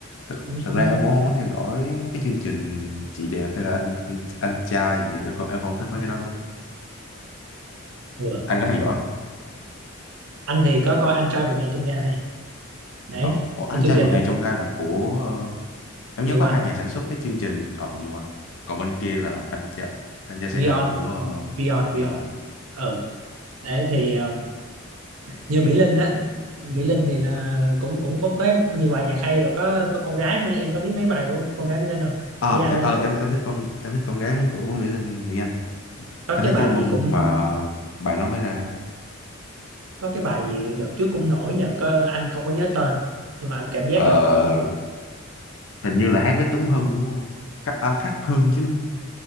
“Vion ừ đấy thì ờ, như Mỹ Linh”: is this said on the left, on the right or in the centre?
Right